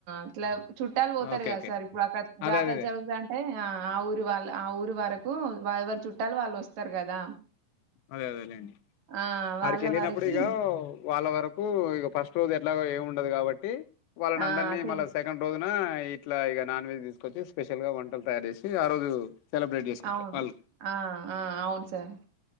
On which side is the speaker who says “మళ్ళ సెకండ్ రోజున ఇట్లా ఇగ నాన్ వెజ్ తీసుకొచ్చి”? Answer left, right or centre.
Left